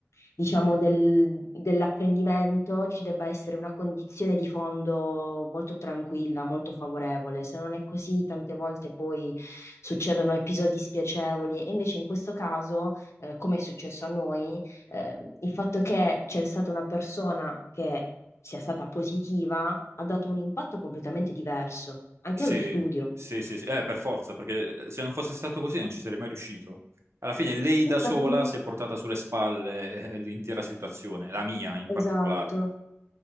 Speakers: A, on the left (about 65°); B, on the right (about 65°).
A: diciamo del- dell'apprendimento ci debba essere una condizione di fondo molto tranquilla, molto favorevole. Se non è così, tante volte poi succedono episodi spiacevoli e invece in questo caso, eh, come è successo a noi, eh, il fatto che c'è stata una persona che sia stata positiva, ha dato un impatto completamente diverso anche
B: sì,
A: allo studio.
B: sì, sì, sì. Eh, per forza, perché eh, se non fosse stato così non ci sarei mai riuscito. Alla fine lei
A: Infatti,
B: da sola si è portata sulle spalle eh, l'intera situazione, la mia in
A: esatto,
B: particolare.